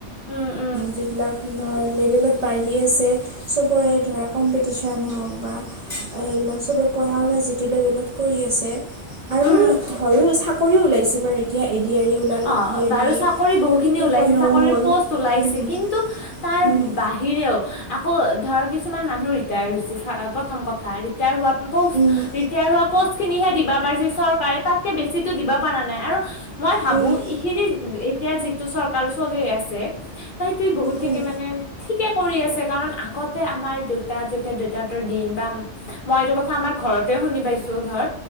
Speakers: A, on the left (about 55°); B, on the right (about 45°).
A: উম উম
B: যিবিলাক
A: <inaudible>
B: যিবিলাক বাঢ়ি আছে চবৰে ধৰা কম্পিটিচন হওক বা এইবিলাক পঢ়া শুনা যে- কৰি আছে আৰু
A: উম
B: বাৰু চাকৰিও ওলাইছে বাৰু। এতিয়া এ ডি আৰ ই ওলাল
A: অ
B: এ ডি আৰ
A: বাৰু
B: ই
A: চাকৰি বহুখিনি
B: টু
A: ওলাইছে
B: পইণ্ট
A: চাকৰিৰ
B: অ' হ'ল
A: পষ্ট ওলাইছে
B: উম
A: কিন্তু তাৰ
B: উম
A: বাহিৰেও আকৌ ধৰ কিছুমান মানুহ ৰিটায়াৰ হৈছে প্ৰথম কথা ৰিটায়াৰ হোৱা পোষ্ট
B: উম
A: ৰিটায়াৰ হোৱা পষ্ট খিনিহে দিবা পাৰিছিল চৰকাৰে তাতকে বেছিিতো দিব পাৰা নাই আৰু। মই ভাবো
B: উম
A: এইখিনি এতিয়া যিটো চৰকাৰ চলি আছে ত সেইটো বহুতখিনি
B: উম
A: মানে ঠিকে কৰি আছে কাৰণ আগতে আমাৰ দেউতা যেতিয়া দেউতাহতৰ দিন বা মইটো কথা আমাৰ ঘৰতে শুনি পাইছো ধৰ,